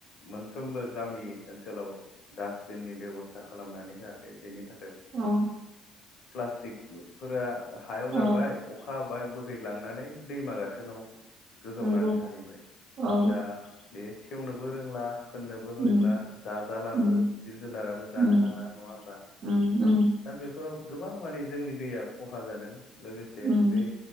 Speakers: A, on the left; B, on the right.
A: मोनफ्रोमबो गामि ओनसोलाव डासटबिननि बेब'स्था खालामनानै होयाखै बेनि थाख
B: उम्म।
A: प्लास्टिक फोरा हायाव गारबाय
B: औ
A: अखा हाबा बाय बोहैलांनानै दैमा गाथोनाव गोजावनानै
B: नंगौ
A: थाहैबाय
B: औ
A: दा बे सेवनोबो रोंला फोननोबो रोंला
B: उम
A: जाजालाबो
B: उम
A: जिब जुनाराबो जानो
B: उम
A: हाला नङा होमबा
B: उम उम
A: दा बेफोराव गोबां माने जोंनि दैया खहा जादों। लोगोसे
B: उम
A: बे